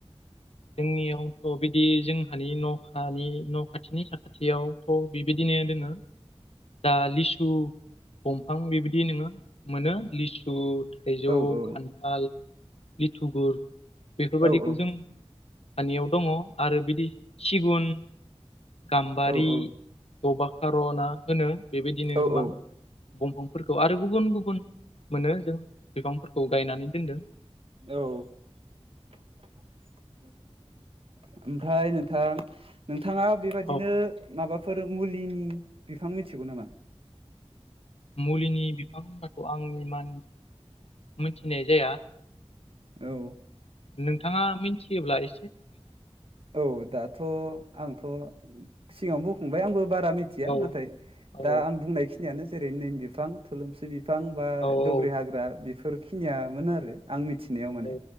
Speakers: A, on the left; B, on the right.
A: जोंनियावथ' बिदि जों मानि न'खानि न' खाथिनि साखाथियावथ' बेबिदिनो दोङो दा लिसु दंफां बेबिदि नोङो मोनो लिसु थाइजौ
B: औ औ
A: खान्थाल लिथुगुर बेफोरबादिखौ
B: औ औ
A: जों हानियाव दङ आरो बिदि सिगुन गाम्बारि
B: औ औ
A: दबा खार'ना होनो बेबादिनो
B: औ
A: गोबां
B: औ
A: दंफांफोरखौ आरो गुबुन गुबुन मोनो जों बिफांफोरखौ गायनानै दोनदों
B: औ ओमफ्राय नोंथां <unintelligible> थाङा बेबादिनो
A: औ
B: माबाफोर मुलिनि बिफां मिथिगौ नामा
A: मुलिनि बिफां होनबाथखौ आं इमान मोनथिनाय जाया
B: औ
A: नोंथाङा मिन्थियोब्ला इ
B: औ दाथ' आंथ' सिगाङावनो बुंखांबाय आंबो बारा मिथिया
A: औ
B: नाथाय
A: औ
B: दा आं बुंनायखिनियानो जेरै निम बिफां थुलुमसि बि फां बा
A: औ
B: दुब्रि हाग्रा बि फोरखिनियामोन आरो आं मिथिनायाव माने
A: औ